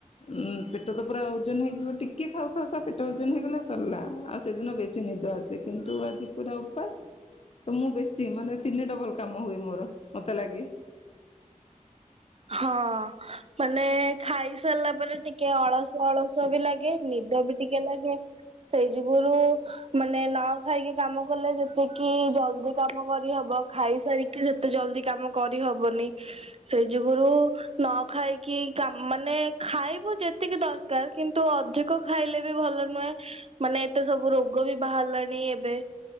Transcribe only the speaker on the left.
ଉଁ ପେଟ ତ ପୁରା ଓଜନ ହେଇଯିବ ଟିକେ ଖାଉ ଖାଉ <unintelligible> ପେଟ ଓଜନ ହେଇଗଲା ସରିଲା ଆଉ ସେଦିନ ବେଶୀ ନିଦ ଆସେ କିନ୍ତୁ ଆଜି ପୁରା ଉପାସ ତ ମୁଁ ବେଶୀ ମାନେ ତିନି ଡବଲ କାମ ହୁଏ। ମୋର ମତେ ଲାଗେ